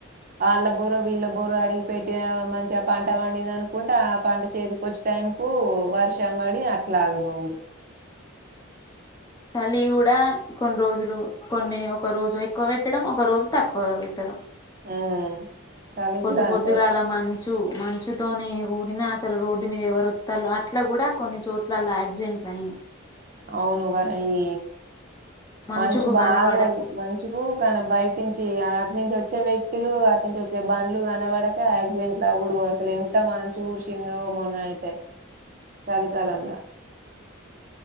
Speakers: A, on the right; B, on the left.
A: వాళ్ళ బోర వీళ్ళ బోరు అడిగి పెట్టి మంచిగా పంట పండింది అనుకుంటే ఆ పంట చేతికి వచ్చే టైం కు వర్షం పడి అట్లా ఆగమవుడు
B: చలి కూడా కొన్ని రోజులు కొన్ని ఒక రోజు ఎక్కువ పెట్టడం ఒక రోజు తక్కువ పెట్టడం
A: ఉమ్ చలి
B: పొద్దు
A: కూడా అంతే
B: పొద్దుగాలా మంచి మంచుతోనే కూడిన అసలు రోడ్డు మీద ఎవరు వస్తాలో అట్లా కూడా కొన్ని చోట్లల యాక్సిడెంట్ అయినయి
A: అవును వర ఈ
B: మంచుకు
A: మంచు బాగదు
B: కనబడక
A: మంచుకు కానీ బయట నుంచి అటు నుంచి వచ్చి. వచ్చే వ్యక్తులు వాటి నుంచి వచ్చే. బాండ్లు గానావాడక యాక్సిడెంట్స్ లవ్వుడు వస్. అసలు ఎంత మంచు కుర్షిందో మొన్న అయితే. చలికాలం గా.